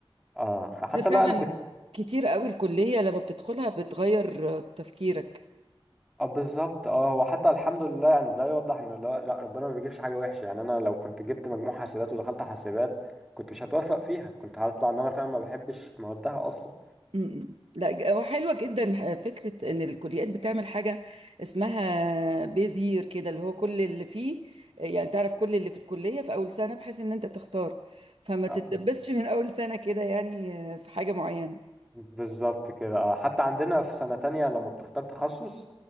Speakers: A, in the centre; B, on the right.
A: اه فحتى
B: ده فعلا
A: لا انا كنت
B: كتير قوي الكليه لما بتدخلها بتغير آه، تفكيرك
A: اه بالظبط اه هو حتى الحمد لله يعني ده يوضح ان لا, لا ربنا ما بيجيبش حاجه وحشه يعني انا لو كنت جبت مجموع حاسبات ودخلت حاسبات كنت مش هتوفق فيها كنت هطلع ان انا فعلا ما بحبش موادها اصلا
B: م-م. لا ج- هو حلوة جدا ح- فكرة ان الكليات بتعمل حاجة اسمها بيزير كده اللي هو كل اللي فيه يعني تعرف كل اللي في الكلية في اول سنة بحيث ان انت تختار فما
A: آه،
B: تتدبسش من اول سنة كده يعني آه، في حاجة معينة
A: بالظبط كده اه حتى عندنا في سنة تانية لما بتختار تخصص